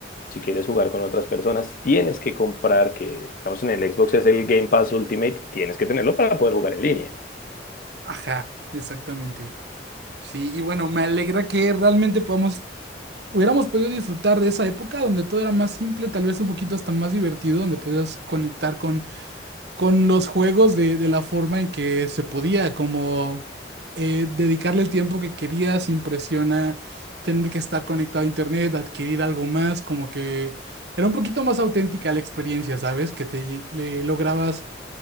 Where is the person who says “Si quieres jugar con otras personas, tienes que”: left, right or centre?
Left